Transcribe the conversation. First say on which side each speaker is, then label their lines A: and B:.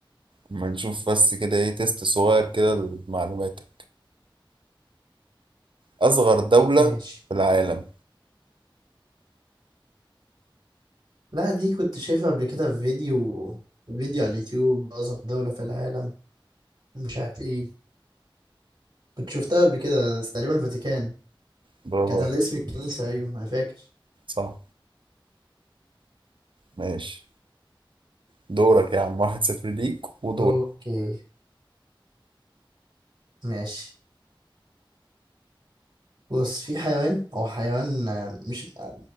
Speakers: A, on the right (about 70°); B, on the right (about 50°).
A: اما نشوف بس كده ايه تيست صغير كده لمعلوماتك اصغر دولة
B: ماشي
A: في العالم
B: لا دي كنت شايفها قبل كده في فيديو فيديو على اليوتيوب اصغر دوله في العالم مش عارف ايه كنت شفتها قبل كده بس تقريبا الفاتيكان
A: برافو
B: كانت
A: عليك.
B: على اسم الكنيسه ايوه انا فاكر
A: صح ماشي دورك يا عم واحد صفر ليك ودورك
B: اوكي ماشي بص في حيوان هو حيوان آه، مش آه،